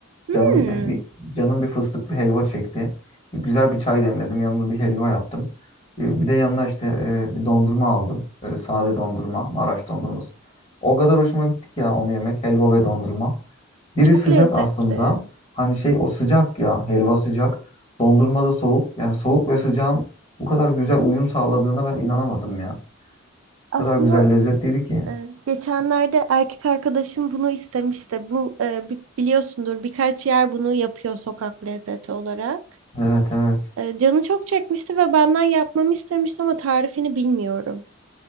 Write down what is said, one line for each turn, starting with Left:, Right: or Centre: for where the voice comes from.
Left: Canım
Right: Hmm,
Left: bir canım bir fıstıklı helva çekti. Bir güzel bir çay demledim. Yanında bir helva yaptım. Ee, Bir de yanına işte e, bir dondurma aldım. Böyle sade dondurma, Maraş dondurması. O kadar hoşuma gitti ki ya onu yemek, helva ve dondurma. Biri
Right: çok
Left: sıcak
Right: lezzetli.
Left: aslında. Hani şey o sıcak ya, helva sıcak. Dondurma da soğuk. Yani soğuk ve sıcağın bu kadar güzel uyum sağladığına ben inanamadım ya.
Right: Aslında
Left: O kadar güzel lezzetliydi ki.
Right: Ee, Geçenlerde erkek arkadaşım bunu istemişti. Bu e, bi- biliyorsundur birkaç yer bunu yapıyor sokak lezzeti olarak.
Left: Evet evet.
Right: E, Canı çok çekmişti ve benden yapmamı istemişti ama tarifini bilmiyorum.